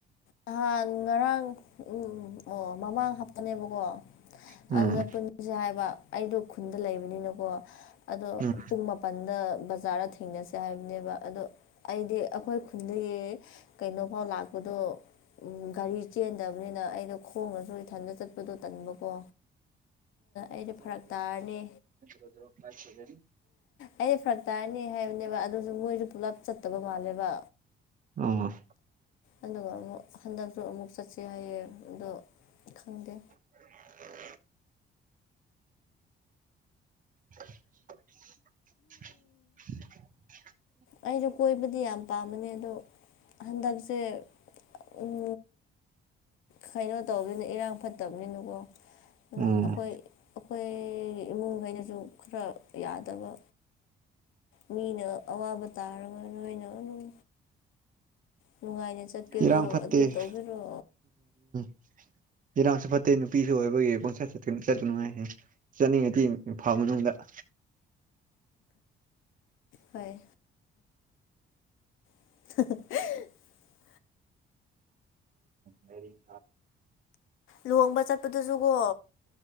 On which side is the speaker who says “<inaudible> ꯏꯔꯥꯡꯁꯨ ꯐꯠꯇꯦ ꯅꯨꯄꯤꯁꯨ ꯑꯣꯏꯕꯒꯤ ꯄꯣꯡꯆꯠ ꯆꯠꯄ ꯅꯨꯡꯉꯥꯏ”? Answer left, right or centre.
Right